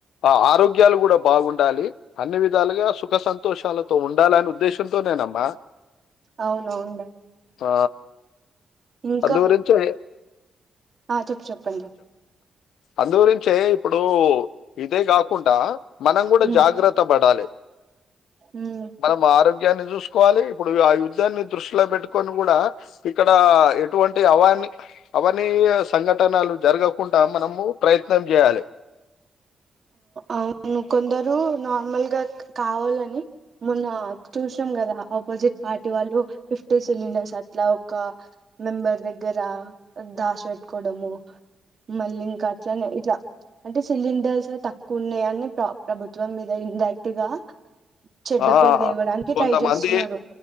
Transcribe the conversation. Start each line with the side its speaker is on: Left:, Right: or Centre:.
Left: ఆ ఆరో ఆరోగ్యాలు కూడా బాగుండాలి అన్ని విధాలుగా సుఖ సంతోషాలతో ఉండాలనే ఉద్దేశంతో నేనమ్మా
Right: అవునవును
Left: ఆ
Right: ఇంక
Left: అందుగురించే
Right: ఆ చెప్పు చెప్పండి
Left: అందు గురించే ఇప్పుడు ఇదే గ కుంటా మనం గుడా
Right: ఉమ్
Left: జాగ్రత్త పడాలే
Right: ఉమ్
Left: మనం ఆరోగ్యాన్ని చూసుకోవాలి ఇప్పుడు ఆయుద్ధాన్ని దృష్టిలో పెట్టుకొని గుడ ఇక్కడ ఎటువంటి అవాని అవనీయ సంఘటనలు జరగకుండా మనము ప్రయత్నం జేయాలె
Right: అవును కొందరు నార్మల్గా కావాలని మొన్న చూసినాం కదా ఆపోజిట్ పార్టీ వాళ్ళు ఫిఫ్టీ సిలిండర్స్ అట్లా ఒక మెంబర్ దగ్గర దాశి పెట్టుకోవడము మళ్ళీ ఇంకా అట్లనే ఇట్లా అంటే సిలిండర్స్ తక్కువ ఉన్నాయని ప్ర ప్రభుత్వం మీద ఇండైరెక్ట్ గా చెడ్డ
Left: ఆ
Right: పేరు తేవడానికి
Left: కొంతమంది
Right: ట్రై చేస్తున్నారు